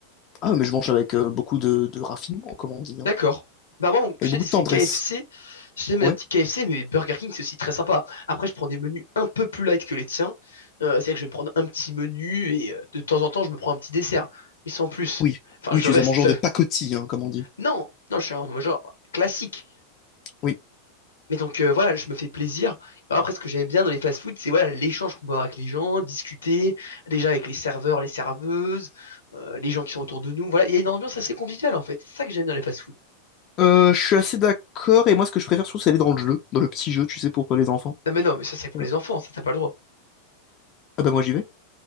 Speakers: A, on the left; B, on the left.
A: Ah, mais je mange avec euh, beaucoup de, de raffinement, comme on dit, hein.
B: D'accord. Bah moi,
A: Avec
B: je te
A: beaucoup
B: dis,
A: de
B: c'est
A: tendresse.
B: K F KFC. J'aime
A: Ouais.
B: un petit K F C mais Burger King, c'est aussi très sympa. Après, je prends des menus un peu plus light que les tiens. Euh, c'est-à-dire que je vais me prendre un petit menu et euh, de temps en temps, je me prends un petit dessert. Mais sans plus.
A: Oui,
B: Enfin,
A: oui,
B: je
A: tu
B: reste...
A: es un mangeur
B: euh,
A: de pacotille, hein, comme on dit.
B: Non, non, je suis un genre classique.
A: Oui.
B: Mais donc euh, voilà, je me fais plaisir. Après, ce que j'aime bien dans les fast-foods, c'est voilà l'échange qu'on peut avoir avec les gens, discuter déjà avec les serveurs, les serveuses, euh, les gens qui sont autour de nous. Voilà, il y a une ambiance assez conviviale en fait. C'est ça que j'aime bien dans les fast-foods.
A: Euh, je suis assez d'accord, et moi ce que je préfère surtout c'est aller dans le jeu, dans le petit jeu, tu sais, pour euh, les enfants.
B: Non mais non, mais ça c'est pour
A: Euh,
B: les enfants, ça t'as pas le droit.
A: ah bah moi j'y vais.